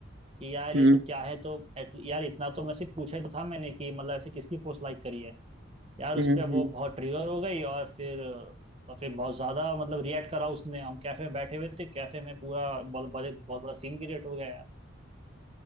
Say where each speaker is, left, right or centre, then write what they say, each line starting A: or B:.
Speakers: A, on the right (about 30°); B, on the right (about 60°).
A: कि यार
B: हम्म
A: ये सब क्या है तो at- यार इतना तो मैं सिर्फ पूछे तो था मैंने कि मतलब ऐसे किसकी पोस्ट लाइक करी है यार उस
B: हम्म
A: पे
B: हम्म।
A: वो बहुत ट्रिगर हो गई और फिर और फिर बहुत ज्यादा मतलब रिएक्ट करा उसने हम कैफे में बैठे हुए थे कैफे में पूरा बहुत बहुत बहुत बड़ा सीन क्रिएट हो गया यार